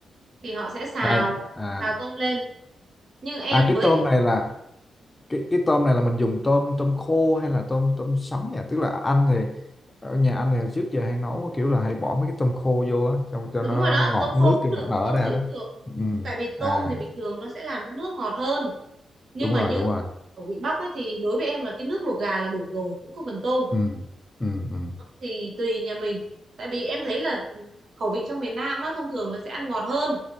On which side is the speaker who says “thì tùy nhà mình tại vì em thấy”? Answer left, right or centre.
Right